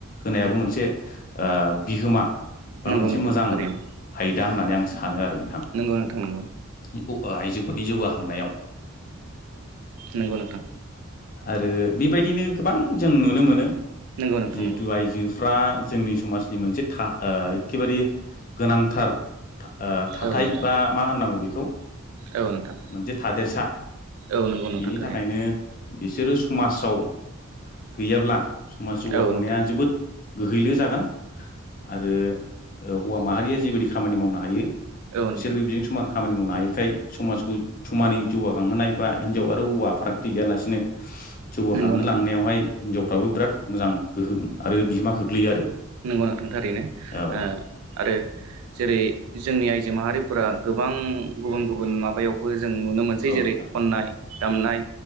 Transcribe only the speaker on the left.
होनायाबो मोनसे ओ बिहोमा बा
मोनसे
मोजां
आयदा होननानै आं सानो आरो नोंथां
<unintelligible> आइजोफोरनि जौगाखांनायाव <inaudible>
आरो बेबायदिनो गोबां जों नुनो मोनो
जिहेथु
आयजो फ्रा जोंनि समाजनि मोनसे था ओ एखेबारे गोनांथार थां ओ थाथाय
बा मा होननांगौ बेखौ
मोनसे थादेरसा
बिनि
थाखायनो बिसोरो समाजाव गैयाब्ला समाज जौगाखांनाया
जोबोद गोहैले जागोन आरो हौवा माहारिया जिबायदि खामानि मावनो हायो।
बिसोरबो
बिजों समान खामानि मावनो हायो। बेखाय समाजखौ समानै जौगाखांहोनाय बा हिनजाव आरो हौवा फारागथि गैयालासिनो जौगाखांहोलांनायावहाय
हिनजावफ्राबो बिराद मोजां गोहोम आरो बिहोमा खोख्लैयो आरो
औ
औ
नोंथां